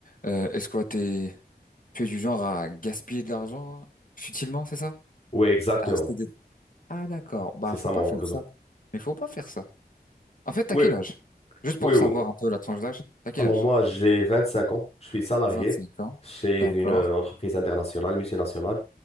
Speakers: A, on the left; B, on the left.
A: Euh, est-ce que t'es, tu es du genre à gaspiller de l'argent futilement, c'est ça?
B: Oui, exactement.
A: Ah, c'était des- Ah, d'accord. Bah,
B: C'est ça
A: faut
B: mon
A: pas faire
B: besoin.
A: ça. Mais faut pas faire ça. En fait, t'as
B: Oui,
A: quel âge? Juste
B: oui,
A: pour
B: oui.
A: savoir un peu la tranche d'âge, t'as quel
B: Alors
A: âge?
B: moi, j'ai 25 ans. Je suis salarié
A: 25 ans.
B: chez une
A: D'accord,
B: euh, entreprise internationale, multinationale.